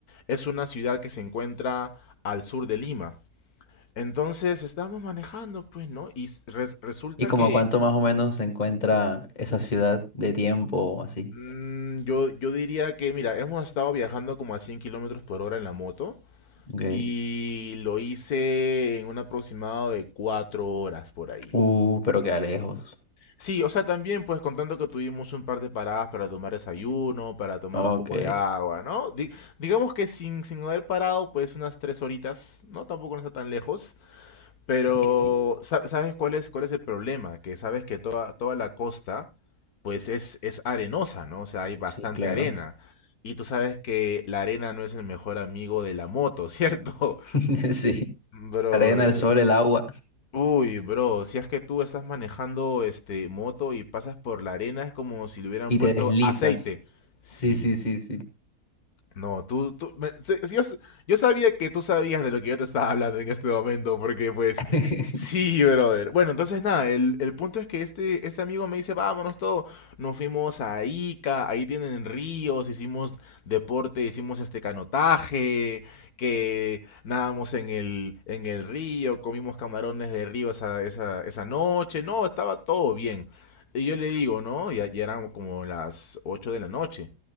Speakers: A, on the left; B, on the left.
A: es una ciudad que se encuentra al sur de Lima. Entonces estábamos manejando, pues, ¿no? Y s- res- resulta
B: ¿Y como
A: que
B: a cuánto más o menos se encuentra esa ciudad de tiempo así?
A: mm, yo, yo diría que, mira, hemos estado viajando como a 100 kilómetros por hora en la moto
B: Ok.
A: y lo hice en un aproximado de 4 horas por ahí.
B: Uh, pero queda lejos.
A: Sí, o sea, también pues contando que tuvimos un par de paradas para tomar desayuno, para tomar
B: Ok.
A: un poco de agua, ¿no? Di- digamos que sin, sin haber parado pues unas tres horitas, ¿no? Tampoco no está tan lejos, pero
B: Ok.
A: sa- ¿sabes cuál es, cuál es el problema? Que sabes que toda, toda la costa pues es, es arenosa, ¿no? O sea, hay bastante
B: Sí, claro.
A: arena. Y tú sabes que la arena no es el mejor amigo de la moto, <laughs> ¿cierto?
B: <laughs> Sí.
A: Bro,
B: Arena, el sol, el agua.
A: Uy, bro, si es que tú estás manejando este moto y pasas por la arena, es como si le hubieran
B: Y
A: puesto
B: te deslizas.
A: aceite. sí.
B: Sí, sí, sí, sí.
A: No, tú, tú me- se- yo, s- yo sabía que tú sabías de lo que yo te estaba hablando en este momento, porque pues,
B: <laughs>
A: sí, brother. Bueno, entonces nada, el, el punto es que este, este amigo me dice, vámonos todo. Nos fuimos a Ica, ahí tienen ríos, hicimos deporte, hicimos este canotaje, que nadamos en el, en el río, comimos camarones de río esa, esa, esa noche. No, estaba todo bien. Y yo le digo, ¿no? Ya, ya eran como las 8 de la noche.